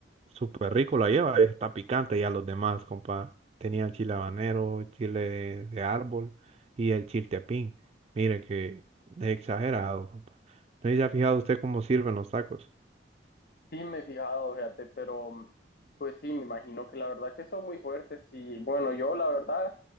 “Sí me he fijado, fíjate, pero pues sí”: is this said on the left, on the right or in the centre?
Left